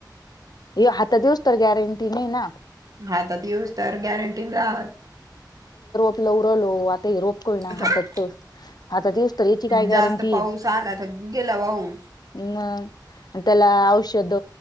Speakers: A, on the left (about 60°); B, on the right (about 50°).
A: ये हात देऊस तर, गॅरंटी नाही ना.
B: हा तर ते येऊच तर गॅरंटीने राहात
A: लवलो आ ते रोपकय ना
B: आता
A: हातात तर हातात येऊस तर याची काय गॅरंटी
B: जास्त पाऊस
A: आहे.
B: आला तर गेला वाहून
A: हम मतेला औषध